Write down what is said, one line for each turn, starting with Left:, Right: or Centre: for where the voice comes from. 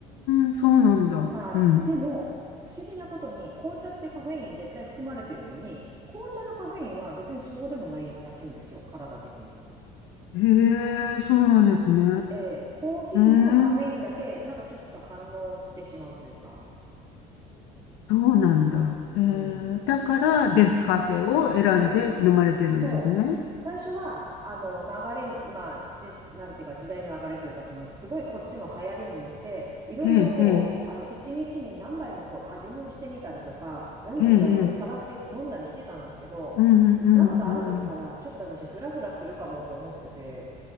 Left: ん、そうなんだ。
Right: はい。
Left: うん。
Right: でも、不思議なことに、紅茶ってカフェイン絶対含まれてるのに、紅茶のカフェインは別にそうでもないらしいんですよ、体的に。
Left: へえ、そうなんですね。
Right: ええコーヒーのカフェインだけ、
Left: うーん、
Right: なんかちょっと反応してしまうというか。
Left: そうなんだ。へ
Right: うん。
Left: え、だから、デフカフェを選んで飲まれてるんですね。
Right: そう、そう。最初は、あの、流れ、まあ、じ、なんていうか、時代の流れというか、その、すごいこっちの流行りに乗って、いろいろこう、
Left: ええ、ええ、
Right: あの、一日に何杯もこう、味見をしてみたりとか、何いいんだろうって探して飲んだりしてたんですけど、
Left: ええ、ええうん、うん、
Right: なんかある時から、
Left: うん。
Right: ちょっと私、フラフラするかもって思ってて、